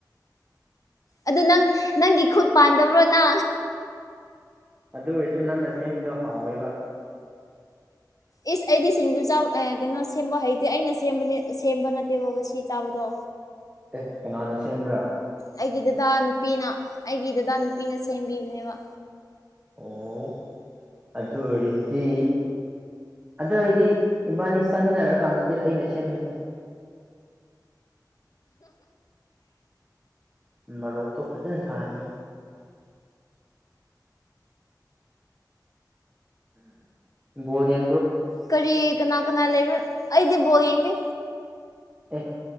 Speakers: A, on the left; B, on the right.
A: ꯑꯗꯨ ꯅꯪ ꯅꯪꯒꯤ ꯈꯨꯠ ꯄꯥꯟꯗꯕ꯭ꯔꯣ ꯅ
B: ꯑꯗꯨ ꯑꯣꯏꯔꯁꯨ ꯅꯪꯅ ꯁꯦꯝꯕꯗꯣ ꯍꯥꯎꯋꯦꯕ
A: ꯏꯁ ꯑꯩꯗꯤ ꯁꯤꯡꯖꯨ ꯀꯩꯅꯣ ꯁꯦꯝꯕ ꯍꯩꯇꯦ ꯑꯩꯅ ꯁꯦꯝꯕꯅꯦ ꯁꯦꯝꯕ ꯅꯠꯇꯦꯕꯕ ꯁꯤ ꯆꯥꯕꯗꯣ
B: ꯑꯦ ꯀꯅꯥꯅ ꯁꯦꯝꯕ꯭ꯔꯥ
A: ꯑꯩꯒꯤ ꯗꯗꯥ ꯅꯨꯄꯤꯅ ꯑꯩꯒꯤ ꯗꯗꯥ ꯅꯨꯄꯤꯅ ꯁꯦꯝꯕꯤꯕꯅꯦꯕ
B: ꯑꯣ ꯑꯗꯨ ꯑꯣꯏꯔꯗꯤ ꯑꯗꯨ ꯑꯣꯏꯗꯤ ꯏꯕꯥꯅꯤ ꯆꯥꯃꯤꯟꯅꯔꯀꯥꯟꯗꯗꯤ ꯑꯩꯅ ꯁꯦꯝꯈꯤꯁꯦ ꯃꯔꯣꯔꯣꯛꯇꯣ ꯐꯖꯅ ꯁꯥꯍꯟꯒꯦ ꯕꯗꯤ ꯌꯦ
A: ꯀꯔꯤ ꯀꯅꯥ ꯀꯅꯥ ꯂꯩꯕ ꯑꯩꯗꯤ ꯕꯣꯜ ꯌꯦꯡꯗꯦ
B: ꯑꯦ